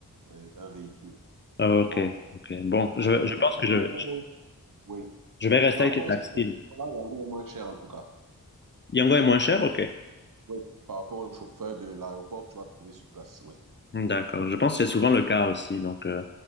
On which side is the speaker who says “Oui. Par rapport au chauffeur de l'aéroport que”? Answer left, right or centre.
Right